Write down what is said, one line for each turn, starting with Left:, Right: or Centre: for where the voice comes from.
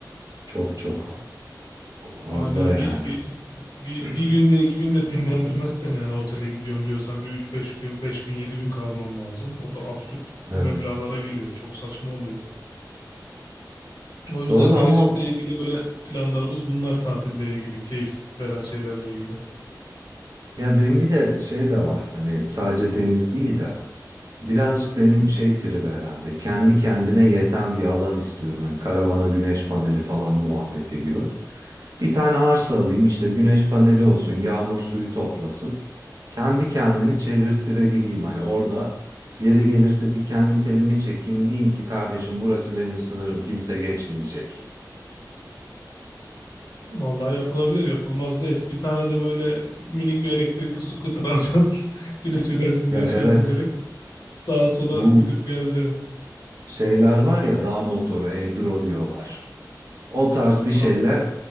Right: çok çok fazla
Left: Yani
Right: yani.
Left: bir, bir, bir,
Right: <clears throat>
Left: bir günde iki günde dinlendirmez seni yani otele gidiyorum diyorsan bir üç beş gün beş gün 7 gün kalman lazım. O da absürt meblağlara
Right: Evet.
Left: geliyor. Çok saçma oluyor. O yüzden
Right: Doğru
Left: gelecekle
Right: ama o,
Left: ilgili böyle planlarımız bunlar tatille ilgili, keyif veren şeylerle ilgili.
Right: ya benim bir de şey de var. Hani sadece deniz değil de Birazcık benim şey tribi herhalde. Kendi kendine yeten bir alan istiyorum. Hani karavana güneş paneli falan muhabbeti gibi. Bir tane arsa alayım işte güneş paneli olsun, yağmur suyu toplasın. Kendi kendini çevirttirebileyim. Hani orada yeri gelirse dikenli telimi çekeyim diyeyim ki kardeşim burası benim sınırım kimse geçmeyecek.
Left: Vallahi yapılabilir, yapılmaz değil. Bir tane de böyle minik bir elektrikli scooter alacaksın. <laughs> Güneş enerjisinden
Right: Ya
Left: şarj
Right: evet
Left: ederek sağa sola
Right: bu
Left: gidip geleceksin.
Right: şeyler var
Left: Ho-
Right: ya dağ motoru, enduro diyorlar. O tarz bir şeyle
Left: ha,